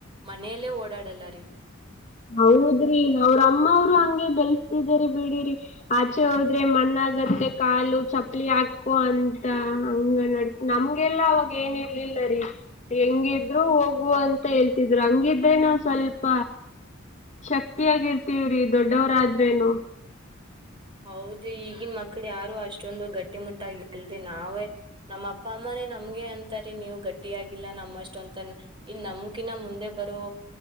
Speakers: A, on the right; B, on the left.
A: ಮನೆಯಲ್ಲೇ ಓಡಾಡಲ್ಲಾರಿ.
B: ಹೌದ್ರಿ ಅವ್ರ ಅಮ್ಮ ಅವರು ಹಂಗೆ ಬೆಳಸ್ತಿದರಿ ಬಿಡಿರಿ ಆಚೆ ಹೋದ್ರೆ ಮಣ್ಣ. ಗತ್ತೆ ಕಾಲು ಚಪ್ಪಲಿ ಹಾಕೋ ಅಂತ ಹಂಗ ನಡ ನಮ್ಗೆಲ್ಲ ಅವಾಗ ಏನ -ಇ- ಇಲ್ಲ ರರಿ ಹೆಂಗಿದ್ರು ಹೋಗುವ ಅಂತ ಹೇಳ್ತಿದ್ರು ಹಂಗಿದ್ರೆ ನ ಸ್ವಲ್ಪ. ಶಕ್ತಿಯಗರ್ತವ್ರಿ ದೊಡ್ಡವರಾದ್ರೇನು.
A: ಹೌದ ಈಗನ್ ಮಕ್ಳ ಯಾರು ಅಷ್ಟೊಂದು ಗಟ್ಟಿ ಮುಟ್ಟಾಗಿ ಇಲ್ದ ನಾವೇ ನಮ್ಮ ಅಪ್ಪ ಅಮ್ಮ. ಮೆ- ನಮ್ಗೆ ಅಂತಾರೀ ನೀವು್ ಗಟ್ಟಿಯಾಗಿಲ್ಲ ನಮ್ಮ ಅಷ್ಟೊ ಅಂತ ಇನ್ ನಮ್ಕಿನ ಮುಂದೆ ಬರೋ,